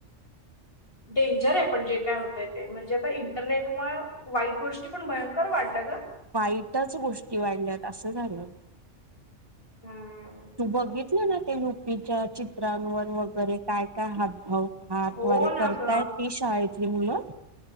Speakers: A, on the left (about 50°); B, on the right (about 20°).
A: डेंजर आहे पण जे काय होतय ते म्हणजे आता इंटरनेटमुळे. वाईट गोष्टी पण भयंकर वाढल्या ग.
B: वाईटच गोष्टी वाढल्यात असं झालं.
A: हम.
B: तु बघितलं. ना ते रुपीच्या चित्रांवर वगैरे काय काय हातभाव. हा
A: हो
B: त्वरे
A: ना
B: करताय
A: ग
B: ती शाळेतली मुलं.